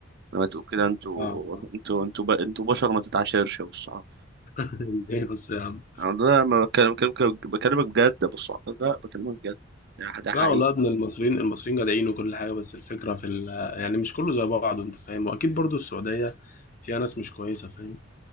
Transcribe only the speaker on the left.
اه
<laughs> ليه بس يا عم
لا والله يا ابن المصريين المصريين جدعين وكل حاجة بس الفكرة في ال يعني مش كله زي بعضه انت فاهم واكيد برضو السعودية فيها ناس مش كويسة فاهم